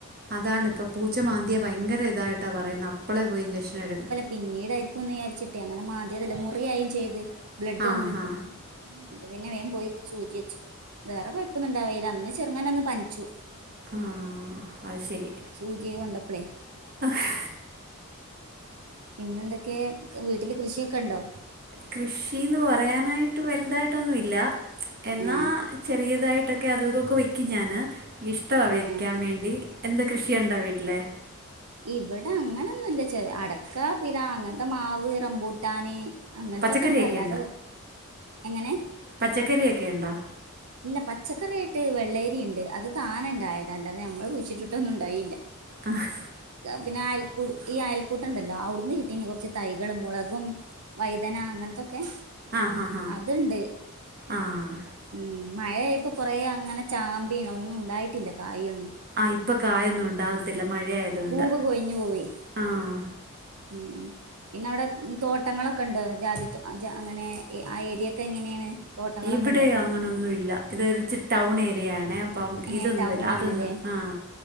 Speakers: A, on the right; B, on the right.
A: അതാണ് ഇപ്പം, പൂച്ച മാന്തിയ ഭയങ്കര ഇതായിട്ടാ പറയുന്നത് അപ്പളെ പോയി ഇഞ്ചക്ഷൻ എടുക്കാൻ
B: പിന്നീടായിരിക്കും എന്ന് വിചാരിച്ചിട്ടെ, അങ്ങനെ മാന്തിയതല്ലേ മുറിയായും ചെയ്ത് ബ്ലഡ്
A: ആ
B: വന്ന്
A: ഹാ
B: അപ്പൊ പിന്നെ വേഗം പോയി സൂചി വെച്ചു വേറെ കുഴപ്പമൊന്നും ഉണ്ടായില്ല അന്ന് ചെറുങ്ങനെ ഒന്ന് പനിച്ചു.
A: ആഹ് അത് ശരി
B: സൂചിയെ കണ്ടപ്പളേ
A: ഹ് ഹ്
B: പിന്നെന്തൊക്കെ, വീട്ടില് കൃഷിയൊക്കെണ്ടോ?
A: കൃഷീന്ന് പറയാനായിട്ട് വലുതായിട്ടൊന്നുംല്ല എന്നാ
B: ഏഹ്
A: ചെറിയതായിട്ടൊക്കെ അതും ഇതൊക്കെ വെക്കും ഞാന്. ഇഷ്ടവാ
B: ഏഹ്
A: വെക്കാൻ വേണ്ടി എന്താ കൃഷിയുണ്ടോ വീട്ടില്?
B: ഇവടെ അങ്ങനൊന്നുല്ല. ചെല, അടക്കാ, പിലാവ് അങ്ങനത്തെ മാവ്, റംബൂട്ടാന് അങ്ങനത്തൊക്കെണ്ട്,
A: പച്ചക്കറിയൊക്കെ
B: അല്ലാതെ എങ്ങനെ?
A: പച്ചക്കറിയൊക്കെയുണ്ടോ?
B: ഇല്ല പച്ചക്കറിയായിട്ട് വെള്ളേരിണ്ട് അത് താനെണ്ടായതാ, അല്ലാതെ ഞമ്മള് കുഴിച്ചിട്ടിട്ടൊന്നുണ്ടായില്ല.
A: ആഹ്
B: പിന്നെ അയൽക്കൂ, ഈ അയൽക്കൂട്ടണ്ടല്ലോ അവിടുന്ന് കിട്ടീനി കൊറച്ച് തൈകള് മുളകും വഴുതന, അങ്ങനത്തൊക്കെ
A: ആഹ് ഹാ ഹാ
B: അത്ണ്ട്
A: ആഹ്
B: ഉം മഴയായപ്പോ കൊറേ അങ്ങനെ ചാമ്പീണ് ഒന്നുംണ്ടായിട്ടില്ല കായിയൊന്നും
A: ആ ഇപ്പൊ കായൊന്നും ഉണ്ടാവത്തില്ല മഴ ആയതുകൊണ്ട്.
B: പൂവ് കൊഴിഞ്ഞു പോവേ
A: ആഹ്
B: ഉം പിന്നവിടെ തോട്ടങ്ങളൊക്കെ ണ്ടോ? ജാതി തോ അങ്ങനെ ആ ഏരിയൊക്കെ എങ്ങനെയാണ്? തോട്ടങ്ങളൊക്കെ
A: ഇവിടെ
B: ഉണ്ടോ
A: അങ്ങനൊന്നുവില്ല ഇതൊരുച്ചിരി ടൗണേരിയ ആണേ അപ്പം
B: ഏ
A: ഇതൊന്നുവില്ല
B: ടൗൺ
A: അതൊന്നും
B: ആണല്ലേ
A: ആ